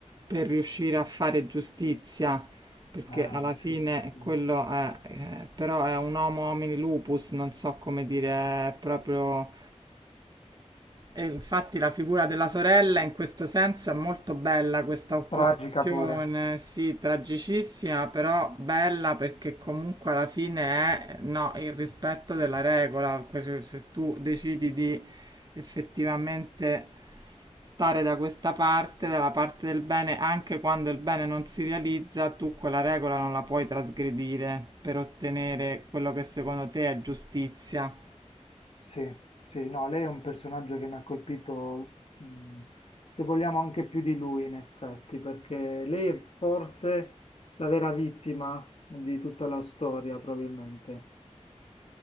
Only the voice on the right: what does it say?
per riuscire a fare giustizia, perché
alla fine
quello è, eh, però è un homo homini lupus, non so come dire, è proprio e infatti la figura della sorella in questo senso è molto bella, questa opposizione,
sì, tragicissima, però bella perché comunque alla fine è, no, il rispetto della regola, que- se tu decidi di effettivamente stare da questa parte, dalla parte del bene, anche quando il bene non si realizza, tu quella regola non la puoi trasgredire per ottenere quello che secondo te è giustizia.